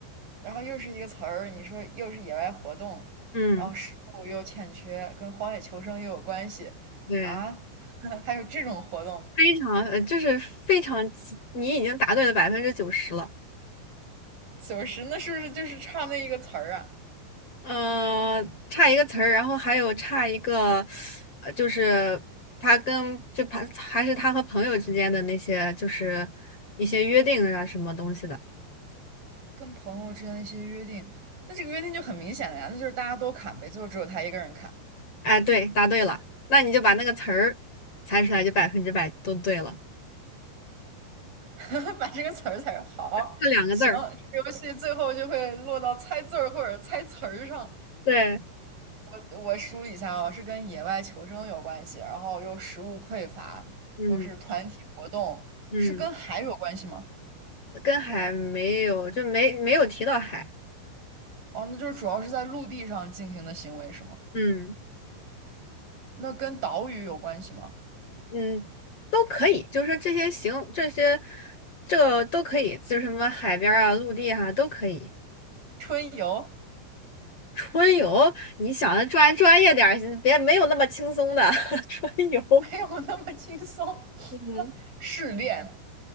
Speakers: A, on the right; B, on the left.
A: 然后又是一个词儿，你说又是野外活动，
B: 嗯，
A: 然后食物又欠缺，跟荒野求生又有关系啊，
B: 对，
A: <laughs> 还有这种活动，
B: 非常，呃，就是非常，你已经答对了百分之九十了。
A: 九十那是不是就是差那一个词儿啊？
B: 嗯，差一个词儿，然后还有差一个，呃，就是他跟就还还是他和朋友之间的那些，就是一些约定啊什么东西的。
A: 跟朋友之间的一些约定，那这个约定就很明显了呀，那就是大家都砍呗，最后只有他一个人砍，
B: 哎，对，答对了，那你就把那个词儿猜出来，就百分之百都对了，
A: <laughs> 把这个词儿才好。
B: 就两个字儿。
A: 行，这个游戏最后就会落到猜字儿或者猜词儿上，
B: 对，
A: 我我梳理一下哦，是跟野外求生有关系，然后又食物匮乏，
B: 嗯
A: 又是团体活动，
B: 嗯，
A: 是跟海有关系吗？
B: 跟海没有，就没没有提到海。
A: 哦，那就是主要是在陆地上进行的行为是吗？
B: 嗯
A: 那跟岛屿有关系吗？
B: 嗯，都可以，就是说这些行，这些这都可以，就是什么海边儿啊、陆地啊都可以。
A: 春游
B: 春游，你想的专专业点儿，别没有那么轻松的 <laughs> 春游。
A: <laughs> 没有那么轻松，
B: 嗯，
A: <laughs> 试炼